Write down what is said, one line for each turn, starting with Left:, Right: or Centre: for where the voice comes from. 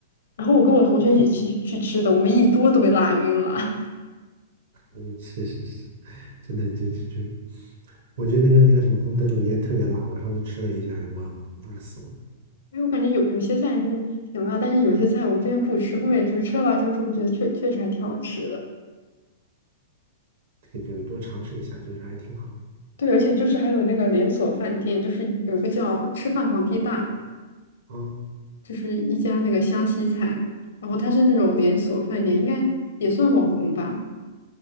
Left: 然后我跟我同学一起去去吃的，我们一桌都被辣晕了。<laughs>
Right: 嗯，是是是，真的，就就就，我觉得那个那个什么红灯笼也特别辣，我上次吃了一下，我辣死我了。
Left: 因为我感觉有有些菜真的挺辣，但是有些菜我之前不吃，后面就是吃了辣椒之后觉得确确实还挺好吃的。
Right: 这个就是多尝试一下，就是还挺好
Left: 对，而且就是还有那个连锁饭店，就是有一个叫“吃饭皇帝大”，
Right: 啊，
Left: 就是一家那个湘西菜，然后它是那种连锁饭店，应该也算网红吧。